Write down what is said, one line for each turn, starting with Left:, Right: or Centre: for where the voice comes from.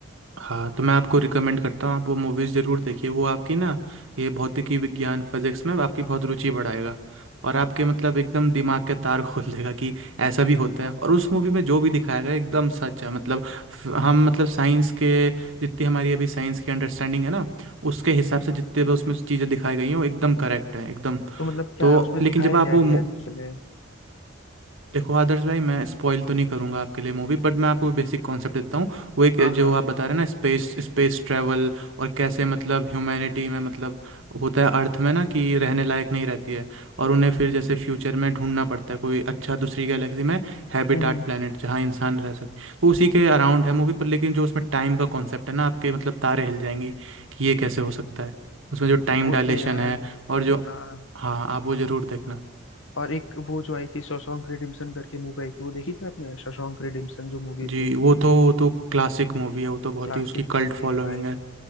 Right: हाँ तो मैं आपको रिकमेंड करता हूँ आप वो मूवीज़ ज़रूर देखिए वो आपकी ना ये भौतिकी विज्ञान फिजिक्स में आपकी बहुत रुचि बढ़ाएगा और आपके मतलब एकदम दिमाग के तार <laughs> खोल देगा कि ऐसा भी होता है और उस मूवी में जो भी दिखाया गया है, एकदम सच है मतलब फ- हम मतलब साइंस के जितनी हमारी अभी साइंस की अंडरस्टैंडिंग है ना उसके हिसाब से जितने भी उसमें चीज़ें दिखाई गई हैं वो एकदम करेक्ट है एकदम
Left: तो मतलब क्या
Right: तो
Left: है उसमें
Right: लेकिन
Left: दिखाया
Right: जब आप
Left: क्या
Right: वो
Left: गया है एक्चुअली में?
Right: देखो आदर्श भाई मैं स्पॉइल तो नहीं करूंगा आपके लिए मूवी बट मैं आपको बेसिक कॉन्सेप्ट देता हूँ वो एक
Left: हाँ
Right: जो
Left: हाँ
Right: आप बता रहे हैं ना स्पेस स्पेस ट्रैवल और कैसे मतलब ह्यूमैनिटी में मतलब होता है अर्थ में ना कि रहने लायक नहीं रहती है और उन्हें फिर जैसे फ्यूचर में ढूंढना पड़ता है कोई अच्छा दूसरी गैलेक्सी में हैबिटाट
Left: हम्म
Right: प्लानट जहाँ इंसान रह सके वो उसी
Left: हम्म,
Right: के अराउंड
Left: हम्म।
Right: है मूवी पर लेकिन जो उसमें टाइम का कॉन्सेप्ट है ना आपके मतलब तारे हिल जाएंगी कि ये कैसे हो सकता है उसमें जो टाइम
Left: वो
Right: डायलेशन
Left: तो यार
Right: है और जो
Left: हाँ
Right: हाँ आप वो ज़रूर देखना
Left: और एक वो जो आई थी शॉशैंक रिडेम्पशन करके मूवी आई थी वो देखी थी आपने शॉशैंक रिडेम्पशन जो मूवी थी
Right: जी वो तो वो तो क्लासिक मूवी है वो तो बहुत
Left: क्लासिक
Right: ही उसकी कल्ट
Left: मूवी
Right: फॉलोइंग
Left: है भाई
Right: है